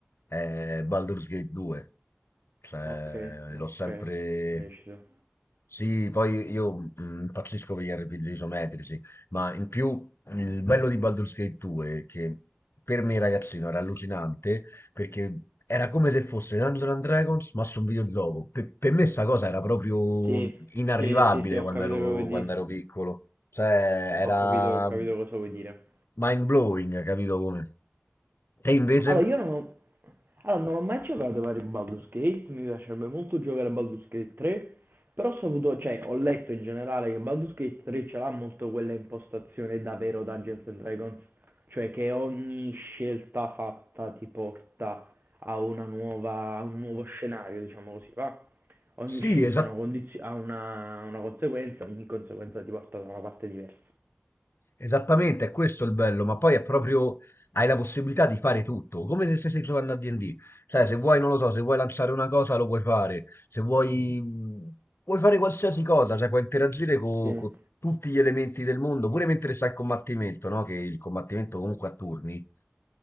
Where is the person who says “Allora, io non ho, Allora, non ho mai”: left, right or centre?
Right